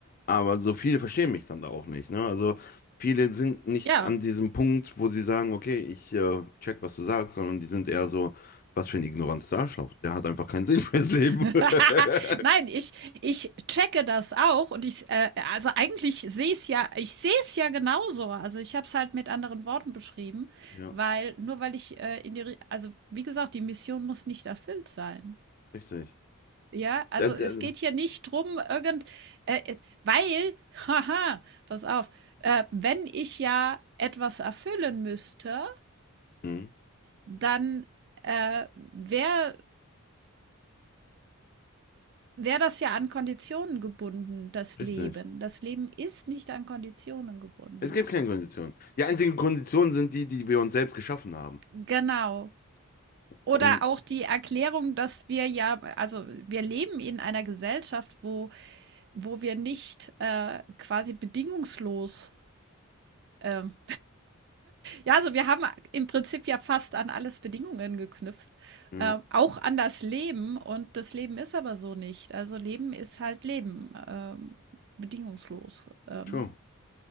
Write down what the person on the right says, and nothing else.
ja.
<laughs>
Nein, ich, ich checke das auch und ich, äh, also eigentlich sehe es ja, ich sehe es ja genauso. Also ich habe es halt mit anderen Worten beschrieben,
weil nur weil ich äh, in die, Ri- also wie gesagt, die Mission muss nicht erfüllt sein.
Ja, also
es geht hier nicht drum, irgend, äh, es- weil, <laughs> haha, pass auf, äh, wenn ich ja etwas erfüllen müsste,
dann äh, wäre wäre das ja an Konditionen gebunden, das
Leben. Das Leben ist nicht an Konditionen gebunden.
Genau. Oder
auch die Erklärung, dass wir ja, also wir leben in einer Gesellschaft, wo, wo wir nicht äh, quasi bedingungslos, ähm, ja, also wir haben im Prinzip ja fast an alles Bedingungen geknüpft,
äh, auch an das Leben. Und das Leben ist aber so nicht. Also Leben ist halt Leben, ähm, bedingungslos. Ähm,